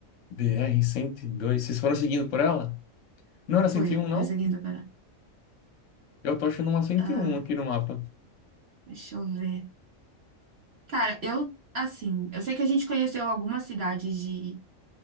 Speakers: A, on the left; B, on the right.
A: br dois. Vocês foram seguindo por ela? Não era 101
B: Foi,
A: não?
B: perseguindo para.
A: Eu tô achando uma cento
B: Ah,
A: e um aqui no mapa.
B: deixa eu ver. Cara, eu, assim, eu sei que a gente conheceu algumas cidades de.